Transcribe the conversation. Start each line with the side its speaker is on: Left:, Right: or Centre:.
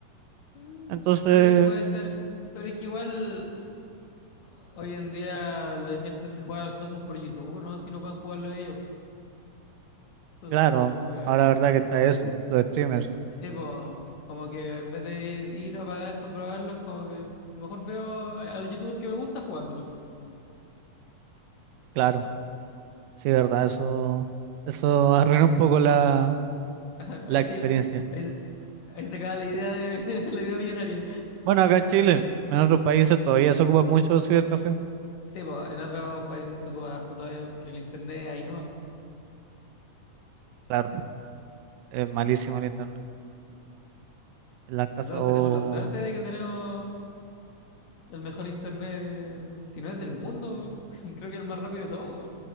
Left: Mm,
Right: Entonces,
Left: sí, puede ser. Pero es que igual. Hoy en día la gente se juega las cosas por YouTube, ¿no? Si no pueden jugarlo ellos. Entonces,
Right: claro,
Left: como que,
Right: ahora la verdad que está eso, los streamers,
Left: sí, po, como que en vez de ir, ir a pagar para probarlos, como que mejor veo a- al youtuber que me gusta jugándolo.
Right: claro, sí, verdad, eso, eso <laughs> arruina un poco la
Left: <laughs>
Right: la
Left: Ahí,
Right: experiencia.
Left: ahí, se- ahí se acaba la idea de <laughs> la idea millonaria.
Right: Bueno, acá en Chile, en otros países todavía se ocupa mucho el cibercafé.
Left: Sí, pues en otros países se ocupa harto todavía porque el internet ahí no.
Right: Claro, es malísimo el internet. En la casa
Left: Nosotros
Right: o
Left: tenemos la suerte de que tenemos el mejor internet, si no es del mundo, <laughs> creo que el más rápido de todos.